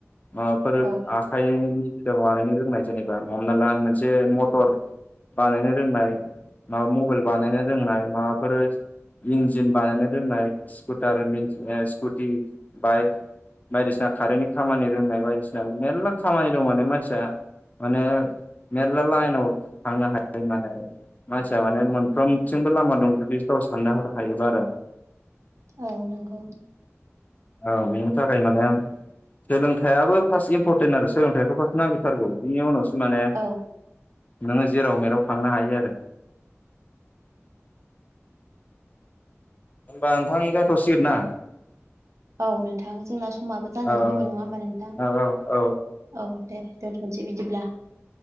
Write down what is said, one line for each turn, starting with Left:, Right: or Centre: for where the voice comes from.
Left: माबाफोर
Right: औ
Left: आखाइनि सिदा बानायनो रोंनाय जेनेबा हमना ला मोनसे मथर बानायनो, रोंनाय माबा मबाइल बानायनो रोंनाय माबाफोर लिंक जिम बानायनो दोननाय स्कुटार स्कुटि, बाइक बायदिसिना कारेन्नि खामानि रोंनाय बायदिसिना मेरला खामानि, मानसिया माने मेरला लाइन थांनो हायो। रोंनानै मानसिया माने मोनफ्रोमथिंबो लामा दं, जुदि गाव साननो हाखायोबा आरो <inaudible>
Right: औ नंगौ
Left: औ बेनि थाखाय माने सोलोंथाइयाबो फार्स्ट इम्परटेन्ट आरो सोलोंथाइखौ फार्स्टआव नांथारगौ बिनि उनावसो माने,
Right: औ
Left: नोङो जेराव मेराव थांनो हायो आरो होनबा नोंथां जाथ'सिगोन ना?
Right: औ नोंथां जोंना समाबो जानानै
Left: औ
Right: फैबाय नङा होमबा नोंथां
Left: औ औ
Right: औ दे दो दोनोसै बिदिब्ला।